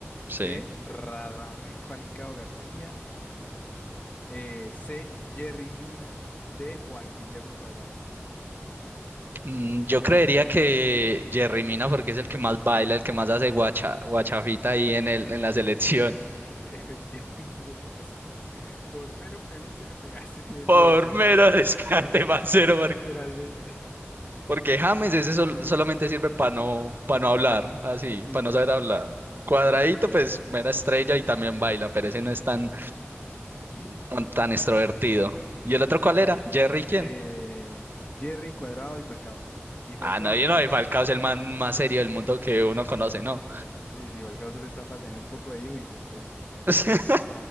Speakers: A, on the right (about 45°); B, on the left (about 35°).
A: Sí.
B: B. Radamel Falcao García. Eh, C. Jerry Mina. D. Juan Guillermo Cuadrado.
A: Mm, yo creería que Jerry Mina porque es el que más baila, el que más hace
B: <laughs>
A: guacha, guachafita ahí en el, en la selección.
B: Efectivamente le pegaste. Por mero prejuicio le pegaste que es
A: Por
B: viejo Jerry.
A: mero descarte, <laughs> parcero,
B: <laughs> Literalmente.
A: Porque James ese sol- solamente sirve para no, para no hablar, así,
B: Sí,
A: para
B: sí,
A: no saber hablar. Cuadradito,
B: sí, sí.
A: pues mera estrella y también baila, pero ese no es tan,
B: <laughs>
A: como tan extrovertido. ¿Y el otro cuál era? ¿Jerry quién?
B: Eh, Jerry Cuadrado y Falcao. Y Falcao
A: Ah, no, yo
B: no,
A: no,
B: menos.
A: y Falcao es el man más serio del mundo
B: Sí, sí,
A: que
B: sí,
A: uno
B: sí.
A: conoce,
B: Sí,
A: ¿no?
B: sí, sí, Falcao solo está para tener un poco de hijo y ser serio.
A: <laughs>